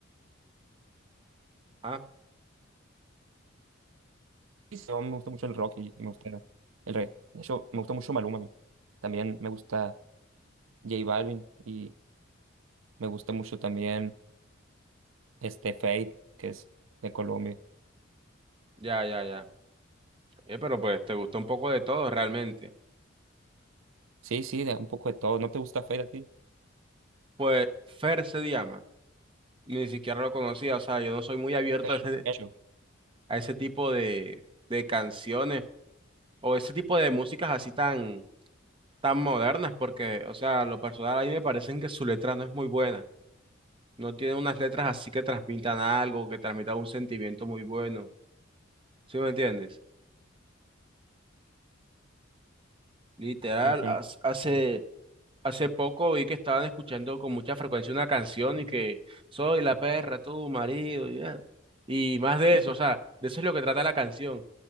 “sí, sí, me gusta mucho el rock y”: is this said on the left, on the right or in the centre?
Right